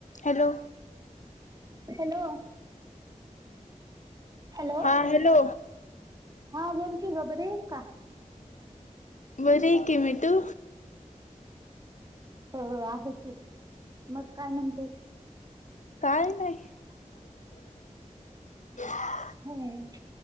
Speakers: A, on the left (about 65°); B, on the right (about 30°).
A: Hello
B: hello, hello
A: हा hello
B: हा बोलकी ग बरी आहेस का?
A: बरी कमटू...
B: हो आहे क मग काय म्हणते...
A: काय... नाही
B: ह...
A: <unintelligible>
B: हो म...